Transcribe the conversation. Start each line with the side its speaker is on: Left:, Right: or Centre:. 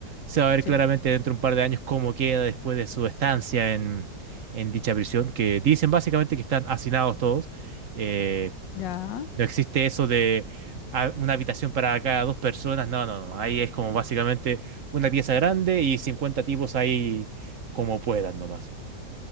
Right: se va a ver
Left: Sí,
Right: claramente
Left: bo.
Right: dentro de un par de años cómo queda después de su estancia en, en dicha prisión, que dicen básicamente que están hacinados todos. Eh,
Left: ya.
Right: no existe eso de ah, una habitación para cada dos personas. No, no, no. Ahí es como básicamente una pieza grande y 50 tipos ahí como puedan nomás.